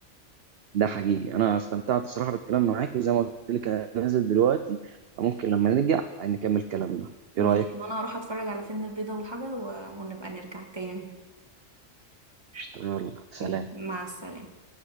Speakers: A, on the right (about 60°); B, on the right (about 20°).
A: ده حقيقي انا استمتعت الصراحه بالكلام معاك وزي ما قلت لك انا نازل دلوقتي ممكن لما نرجع نكمل كلامنا ايه
B: ماشي
A: رايك
B: وانا هروح اتفرج على فيلم البيضة والحجر و... ونبقى نرجع تاني
A: قشطة، يلا سلام
B: مم. مع السلامة